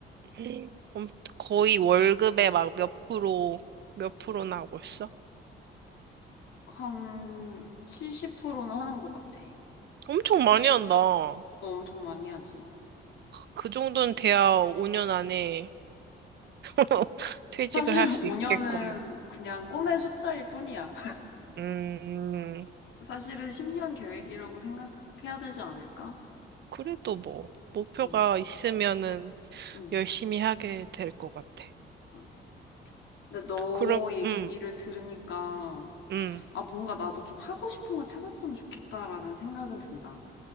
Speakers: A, on the right; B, on the left.
A: 음, 엄- 거의 월급의 막 몇 프로, 몇 프로나 하고 있어?
B: 한 70%는 하는 것 같아.
A: 엄청 많이 한다.
B: 어, 엄청 많이 하지.
A: 그 정도는 돼야 5년 안에 <laughs> 퇴직을
B: 사실
A: 할
B: <laughs>
A: 수
B: 5년은
A: 있겠구만.
B: 그냥 꿈의 숫자일 뿐이야.
A: 음,
B: 사실은 10년 계획이라고 생각해야 되지 않을까?
A: 그래도 뭐, 목표가
B: 응,
A: 있으면은
B: 응.
A: 열심히 하게 될 것 같아.
B: 응. 근데 너
A: 그럼,
B: 얘기를
A: 음,
B: 들으니까,
A: 음,
B: 아, 뭔가 나도 좀 하고 싶은 거 찾았으면 좋겠다라는 생각은 든다.